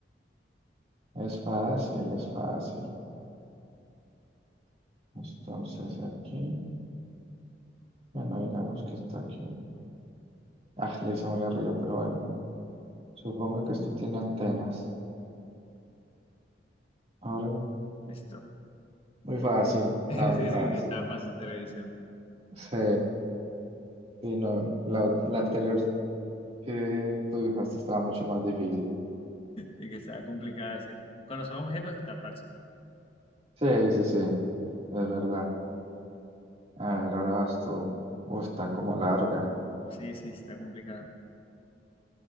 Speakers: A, on the right; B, on the left.
A: Es fácil, es fácil. Entonces aquí, bueno, digamos que está aquí. Ah, la hice muy arriba, pero bueno. Supongo que esto tiene antenas. Ahora no.
B: listo. <laughs>
A: Muy fácil, está
B: Sí,
A: muy fácil.
B: sí, que está fácil televisión.
A: Sí, sí, no, la, ot- la anterior que tú dibujaste estaba mucho más difícil.
B: Sí, que está complicada, ¿cierto? Cuando son objetos está fácil.
A: Sí, sí, sí, es verdad. A ver, ahora vas tú. Uh, está como larga.
B: Sí, sí, está complicado